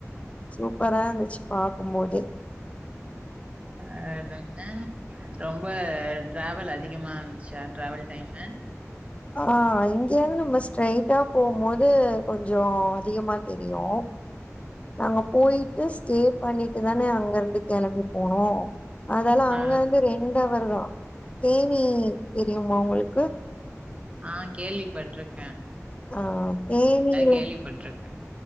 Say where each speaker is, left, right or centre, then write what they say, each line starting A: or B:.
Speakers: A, on the left; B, on the right.
A: சூப்பரா இருந்துச்சு பாக்குபோது
B: ஆ அதேன்னா ரொம்ப டிராவல் அதிகமா இருந்துச்சா டிராவல் டைம்மு
A: ஆ இங்கேந்து நம்ம ஸ்ட்ரைட்டா போம்போது கொஞ்சு அதிகமா தெரியு நாங்க போயிட்டு ஸ்டே பண்ணிட்டு தானே அங்க இருந்து கெளம்பி போனோ அதால அங்க
B: ஆ
A: இருந்து ரெண்ட அவர் தா தேனி தெரியுமா உங்குளுக்கு
B: ஆ கேள்விப்பட்டிருக்கே
A: ஆ தேனில
B: கேள்விப்பட்ருக்கே